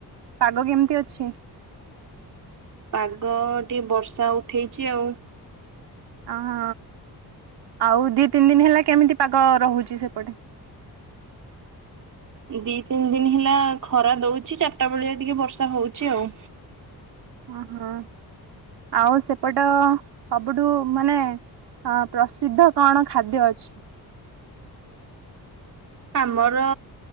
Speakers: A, on the right (about 85°); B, on the right (about 50°).
A: ପାଗ କେମିତି ଅଛି?
B: ପାଗ ଟିକେ ବର୍ଷା ଉଠେଇଚ ଆଉ।
A: ଓ ହୋ। ଆଉ ଦି ତିନି ଦିନ ହେଲା କେମିତି ପାଗ ରହୁଛି ସେପଟେ?
B: ଦି ତିନି ଦିନ ହେଲା ଖରା ଦଉଛି ଚାରିଟା ବେଳିଆ ଟିକେ ବର୍ଷା ହଉଛି ଆଉ।
A: ଓ ହୋ ଆଉ ସେପଟ ସବୁଠୁ ମାନେ ହଁ ପ୍ରସିଦ୍ଧ କଣ ଖାଦ୍ୟ ଅଛି?
B: ଆମର